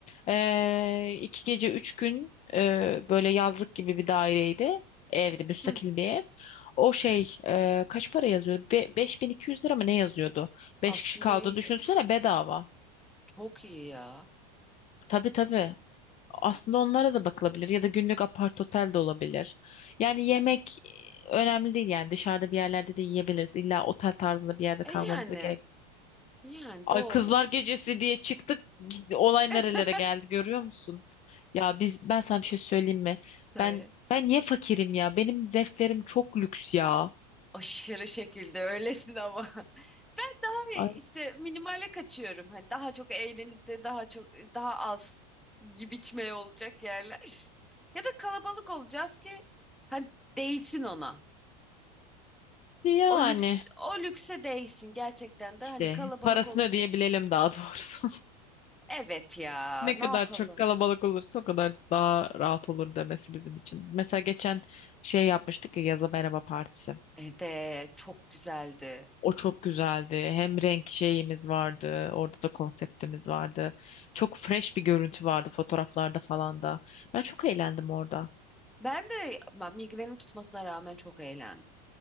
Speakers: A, on the left; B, in the centre.
A: eee, iki gece üç gün eee, böyle yazlık gibi bir daireydi. Evdi müstakil
B: Hı,
A: bir ev. O şey eee, kaç para yazıyordu? Be beş bin iki yüz lira mı ne yazıyordu? Beş
B: aslında
A: kişi kaldığını
B: iyi.
A: düşünsene bedava.
B: Çok iyi ya.
A: Tabii tabii. Aslında onlara da bakılabilir ya da günlük apart otel de olabilir. Yani yemek e, önemli değil yani dışarıda bir yerlerde de yiyebiliriz. İlla otel tarzında bir yerde
B: E
A: kalmamıza
B: yani,
A: gerek.
B: yani
A: Ay
B: doğru.
A: kızlar gecesi diye çıktık. Gidi- Olay
B: <laughs>
A: nerelere geldi görüyor musun? Ya biz ben sana bir şey söyleyeyim mi?
B: Söyle.
A: Ben ben niye fakirim ya? Benim zevklerim çok lüks ya.
B: Aşırı şekilde öylesin ama. <laughs> Ben daha
A: Ay
B: işte minimale kaçıyorum. Hani daha çok eğlenip de daha çok daha az yiyip içmeye olacak yerler. <laughs> Ya da kalabalık olacağız ki hani değsin ona.
A: yani
B: O lüks o lükse değsin gerçekten de
A: işte
B: hani kalabalık
A: parasını
B: olunca
A: ödeyebilelim daha doğrusu.
B: evet ya
A: Ne
B: ne
A: kadar
B: yapalım?
A: çok kalabalık olursa o kadar daha rahat olur demesi bizim için. Mesela geçen şey yapmıştık ya yaza merhaba partisi.
B: Evet çok güzeldi.
A: O çok güzeldi. Hem renk şeyimiz vardı. Orada da konseptimiz vardı. Çok fresh bir görüntü vardı fotoğraflarda falan da. Ben çok eğlendim orada.
B: Ben de ben migrenim tutmasına rağmen çok eğlendim.